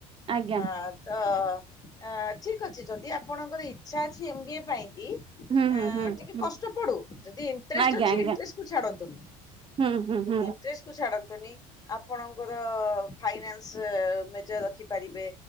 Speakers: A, on the right; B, on the left.
A: ଆଜ୍ଞା
B: ହଁ ତ ଅ ଠିକ ଅଛି ଯଦି ଆପଣଙ୍କର ଇଚ୍ଛା ଅଛି ଏମ ବି ଏ ପାଇଁ
A: ହୁଁ ହୁଁ
B: ଆ ଟିକେ
A: ହୁଁ
B: କଷ୍ଟ ପଡୁ ଯଦି ଇଣ୍ଟ୍ରେଷ୍ଟ
A: ଆଜ୍ଞା
B: ଅଛି
A: ଆଜ୍ଞା
B: ଇଣ୍ଟ୍ରେଷ୍ଟ କୁ ଛାଡ଼ନ୍ତୁନି
A: ହୁଁ ହୁଁ ହୁଁ
B: ଇଣ୍ଟ୍ରେଷ୍ଟ କୁ ଛାଡ଼ନ୍ତୁ ନି ଆପଣଙ୍କର ଫାଇନାନ୍ସ ମେଜର ରଖିପାରିବେ